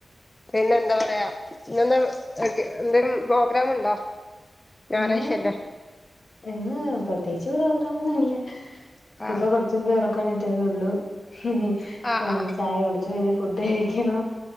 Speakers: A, on the left (about 20°); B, on the left (about 75°).
A: പിന്നെ എന്താ പറയാ ഇന്നെന്താ എന്തേലും പ്രോഗ്രാമുണ്ടോ? ഞായറാഴ്ച
B: ഇന്ന്
A: അല്ലേ
B: ഇന്ന് പ്രത്യേകിച്ച് പ്രോഗ്രാമൊന്നും ഇല്ല.
A: ആഹ്
B: ഇപ്പൊ പ്ര. <unintelligible> പറക്കനിട്ടത്തെ ഉള്ളു ഇനി
A: ആഹ്
B: മ്
A: ആഹ്
B: ചായ കുടിച്ച് നി ഫുഡ് കഴിക്കണം.